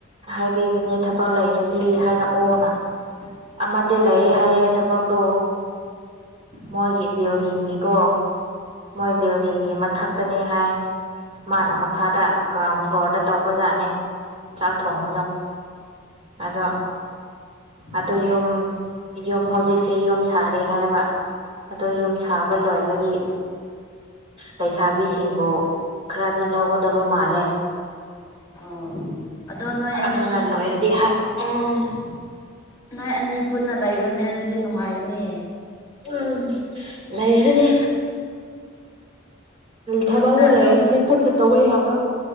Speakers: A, on the right; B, on the left.
A: ꯍꯥꯏꯕꯤꯕꯅꯤꯗ ꯊꯕꯛ ꯂꯩꯔꯗꯤ ꯍꯥꯏꯔꯛꯑꯣꯅ ꯑꯃꯗꯤ ꯂꯩꯌꯦ ꯍꯥꯏꯌꯦ ꯊꯕꯛꯇꯣ ꯃꯣꯏꯒꯤ ꯕꯤꯜꯗꯤꯡꯒꯤꯀꯣ ꯃꯣꯏ ꯕꯤꯜꯗꯤꯡꯒꯤ ꯃꯊꯛꯇꯅꯤ ꯍꯥꯏ ꯃꯥꯅ ꯃꯈꯥꯗ ꯒ꯭ꯔꯥꯎꯟ ꯐ꯭ꯂꯣꯔꯗ ꯇꯧꯕꯖꯥꯠꯅꯦ ꯆꯥꯛ ꯊꯣꯡꯕꯗꯣ ꯑꯗꯣ ꯑꯗꯣ ꯌꯨꯝ ꯌꯨꯝ ꯍꯧꯖꯤꯛꯁꯦ ꯌꯨꯝ ꯁꯥꯔꯦ ꯌꯦ ꯍꯥꯏꯕ ꯑꯗꯣ ꯌꯨꯝ ꯁꯥꯕ ꯂꯣꯏꯔꯗꯤ ꯂꯩꯁꯥꯕꯤꯁꯤꯡꯕꯨ ꯈꯔꯗꯤ ꯂꯧꯒꯗꯕ ꯃꯥꯜꯂꯦ
B: ꯑꯣ ꯑꯗꯣ ꯅꯣꯏ ꯑꯅꯤ
A: ꯑꯗꯨꯅ ꯂꯣꯏꯔꯗꯤ ꯍꯥꯏ ꯎꯝ
B: ꯅꯣꯏ ꯑꯅꯤ ꯄꯨꯟꯅ ꯂꯩꯔꯨꯅꯦ ꯑꯗꯨꯗꯤ ꯅꯨꯡꯉꯥꯏꯒꯅꯤ
A: ꯎꯝ ꯂꯩꯔꯅꯤ ꯊꯕꯛꯅꯣ
B: ꯌꯨꯝꯗ ꯑꯗꯨꯝ
A: ꯂꯩꯔꯗꯤ ꯄꯨꯟꯅ ꯇꯧꯕ ꯌꯥꯕ